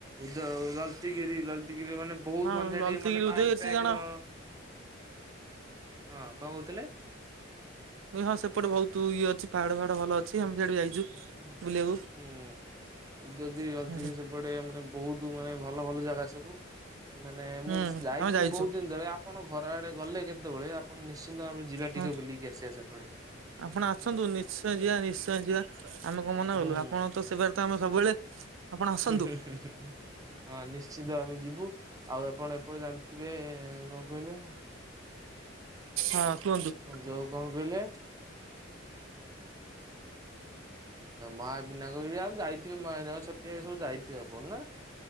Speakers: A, on the right; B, on the right.
A: ତ ଲଲତିଗିରି ଲଲତିଗିରିରେ ମାନେ ବହୁତ
B: ହଁ
A: ମାନେ ସେଠିକି
B: ଲଲତିଗିରି
A: ମାନେ ପାର୍କ
B: ଉଦୟଗିରି ସେ
A: ଟାଇପ
B: ଜଣ
A: ର, ହଁ କଣ କହୁଥିଲେ?
B: ମୁଁ କହିଲି ହଁ ସେପଟେ ବହୁତ ଇଏ ଅଛି ପାହାଡ ଫହାଡ ଭଲ ଅଛି ଆମ ସେଆଡୁ ଯାଇଛୁ।
A: ହୁଁ।
B: ବୁଲିବାକୁ
A: ଉଦୟଗିରି ଲଲତିଗିରି
B: ହୁଁ
A: ସେପଟେ ମାନେ ବହୁତ ମାନେ ଭଲ ଭଲ ଜାଗା ସବୁ। ମାନେ ମୁଁ
B: ହୁଁ
A: ଯାଇଥିଲି
B: ଆମେ ଯାଇଛୁ
A: ବହୁତ ଦିନ ତଳେ ଆପଣ ଘର ଆଡ଼େ ଗଲେ କେତେବେଳେ ଆପଣ ନିଶ୍ଚିନ୍ତ ଆମେ ଯିବା ଟିକେ
B: ହଁ।
A: ବୁଲିକି ଆ ସିଆ ସେପଡ଼େ।
B: ଆପଣ ଆସନ୍ତୁନ୍। ନିଶ୍ଚୟ ଯିବା ନିଶ୍ଚୟ ଯିବା ଆମେ କଣ ମନା
A: ହୁଁ।
B: କଲୁ ଆପଣ ତ ସେବାରେ ତ ଆମେ ସବୁବେଳେ। ଆପଣ ଆସନ୍ତୁ
A: ହଁ ନିଶ୍ଚିତ ଆମେ ଯିବୁ ଆଉ ଆପଣ ଏପଟେ ଜାଣିଥିବେ କଣ କହିଲେ?
B: ହଁ କୁହନ୍ତୁ।
A: ଯୋଉ କଣ କହିଲେ ମଆବିନାୟକ ବି ଆ ଯାଇଥିବେ ମହାବିନା ଛତିଆ ଏସବୁ ଯାଇଥିବେ ଆପଣ ନା?